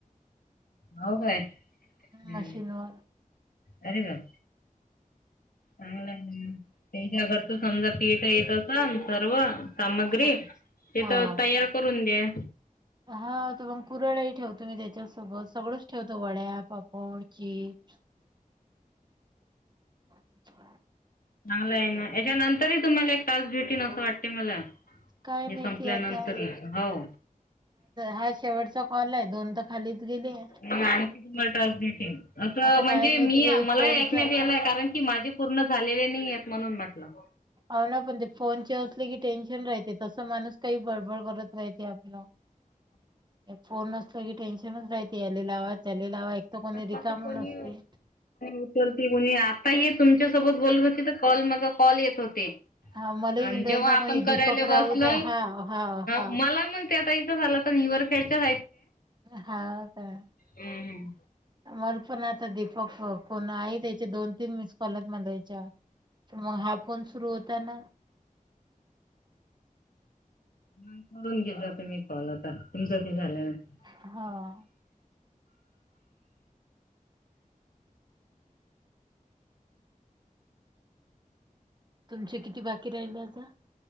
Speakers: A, on the left (about 90°); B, on the right (about 30°).
A: हाव काय हम्म.
B: मशीनवर
A: अरे बापरे चांगल आहेना मग. त्यांच्या घर त समजा तिथ येत असन सर्व? सामग्री
B: हा
A: ते
B: हा
A: तर तयार करून द्या.
B: हा त मग कुरड्या ही ठेवतो मी त्याच्यासोबत सगळंच ठेवतो वड्या, पापड, चीज अच्छा <inaudible>
A: चांगलं आहे ना याच्यानंतरही तुम्हाला एक टास्क भेटिन असं वाटते मला.
B: काय
A: हे
B: माहिती
A: संपल्यानंतरही
B: आता
A: हो
B: हा शेवटचा कॉल दोन तर खालीच गेले आहे.
A: म आणखी तुम्हाला टास्क देतीले असं
B: आता
A: म्हणजे
B: काय माहिती
A: मी
B: बाई
A: मला
B: फोनच
A: ऐकण्यात यायला आहे कारण की माझे पूर्ण झालेले नाही आहेत म्हणून म्हटलं.
B: अ ना पण ते फोनचे असले की टेन्शन राहते तस माणूस काही बडबड करत आपला फोन असतो की टेन्शनच राहते आलेलावा त्यालेलावा तर कोणी
A: पण कसं
B: रिकाम
A: कोणी
B: नसते.
A: उचलते कोणी आता ये तुमच्यासोबत बोलत होते तर कॉल मगा कॉल येत होते.
B: हा मला
A: आणि
B: येऊन राहिलता
A: जेव्हा आपण
B: कोणी दीपक
A: करायला बसल
B: राऊचा हा हा हा
A: मला मग त्या ताई झालं तर न निरवर खेडच्या
B: हांव कायं
A: हम्मं हम्मं
B: मला पणं आंता दीपक कोणं आहेत यांच्या दोन तीनं मिस कॉलांत मलां यांच्यावर तरं मंग हां फोन सुरूं होतां नां
A: करूंन घेतता तुम्हीं कॉल आंता तुमचं तं झालंय नां
B: हां तुमचे किती बाकी राहिलं आंता